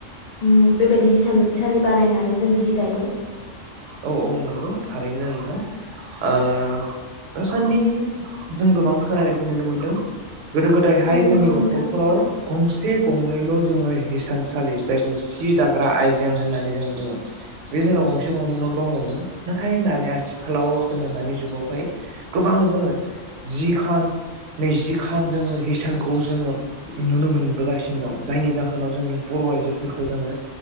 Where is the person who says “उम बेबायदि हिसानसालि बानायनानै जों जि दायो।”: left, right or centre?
Left